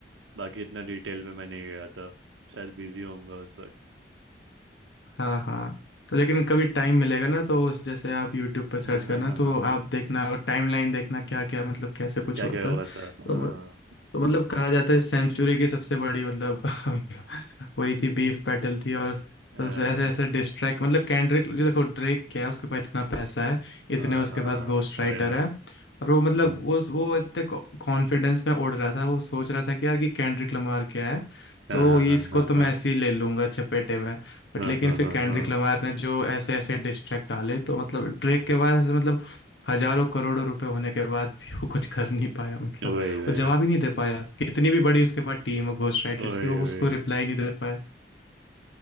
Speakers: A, on the right; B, on the left.
A: बाकी इतना डिटेल में मैं नहीं गया था शायद बिजी होऊंगा उस वक्त
B: हाँ हाँ तो लेकिन कभी टाइम मिलेगा ना तो उस जैसे आप यूट्यूब पर सर्च
A: हाँ हाँ
B: करना
A: हाँ
B: तो
A: हाँ
B: आप
A: हाँ
B: देखना और टाइमलाइन देखना क्या क्या मतलब कैसे कुछ
A: क्या
B: हुआ
A: क्या
B: था
A: हुआ
B: तो
A: था हाँ
B: तो मतलब कहा जाता है सेंचुरी की सबसे बड़ी मतलब <laughs> वही थी बीफ बैटल थी और
A: अह,
B: सबसे ऐसे ऐसे डिस्ट्रैक्ट मतलब कैंड्रिक जो देखो ड्रेक क्या है उसके पास इतना पैसा है इतने
A: हाँ
B: उसके
A: हाँ
B: पास घोस्ट
A: वही
B: राइटर
A: ना
B: है और वो मतलब
A: हाँ
B: वो वो इतने कॉन्फिडेंस में उड़ रहा था वो सोच रहा था कि यार कि कैंड्रिक लमार क्या है
A: हाँ
B: तो ये
A: हाँ
B: इसको
A: हाँ
B: तो मैं
A: हाँ
B: ऐसे ही ले लूंगा चपेटे में बट
A: हाँ
B: लेकिन
A: हाँ
B: फिर
A: हाँ
B: कैंड्रिक
A: हाँ,
B: लमार ने जो ऐसे ऐसे डिस्ट्रैक्ट डाले तो मतलब ड्रेक के बाद ऐसे मतलब हजारों करोड़ों रुपए होने के बाद भी वो कुछ कर नहीं पाया मतलब
A: वही वही
B: वो जवाब ही नहीं दे पाया कितनी भी बड़ी उसके पास टीम हो घोस्ट राइटर्स
A: वही
B: की वो
A: वही
B: उसको रिप्लाई नहीं दे पाया